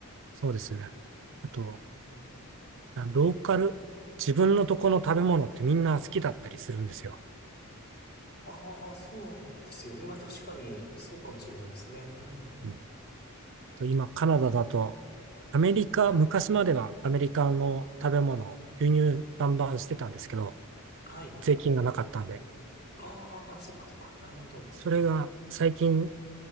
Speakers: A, on the right; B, on the left.
A: そうですね。あと、
B: うんうん
A: あローカル、自分のとこの食べ物ってみんな好きだったりするんですよ。
B: ああ、そうですよね。まあ確かに、そうかもしれないですね。うん。
A: うん、と今、カナダだと、アメリカ、昔まではアメリカの食べ物を輸入バンバンしてたんですけど、
B: はい。
A: 税金がなかったんで、
B: ああ、そっかそっか。なるほど。
A: それが最近